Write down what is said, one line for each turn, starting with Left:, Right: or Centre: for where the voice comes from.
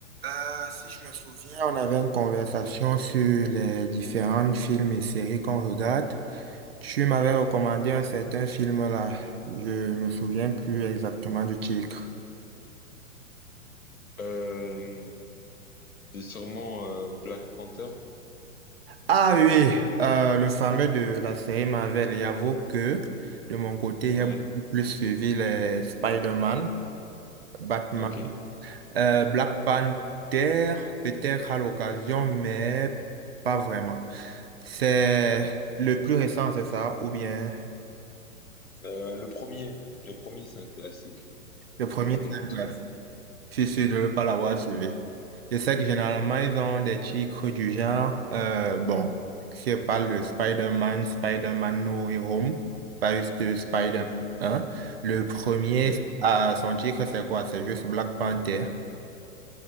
Right: Euh, si je me souviens, on avait une conversation sur les différents films et séries qu'on regarde. Tu m'avais recommandé un certain film là. Je me souviens plus exactement du titre.
Left: Euh, c'est sûrement euh, Black Panther.
Right: Ah oui, oui, euh, le fameux de la série Marvel. Et J'avoue que de mon côté, j'ai
Left: Ouais,
Right: beaucoup plus suivi les Spider-Man, Batman,
Left: ok.
Right: euh, Black Panther, peut-être à l'occasion, mais pas vraiment. C'est le plus récent, c'est ça, ou bien...
Left: Euh, le premier, le premier, c'est un classique,
Right: Le premier,
Left: selon moi
Right: c'est
Left: en
Right: un
Left: tout
Right: classique.
Left: cas.
Right: C'est sûr, je ne veux pas l'avoir suivi. Je sais que généralement, ils ont des titres du genre, euh, bon, je parle de Spider-Man, Spider-Man No Way Home, pas juste de Spider-Man
Left: Ouais,
Right: 1. Le premier,
Left: ouais.
Right: ah, son titre, c'est quoi? C'est juste Black Panther.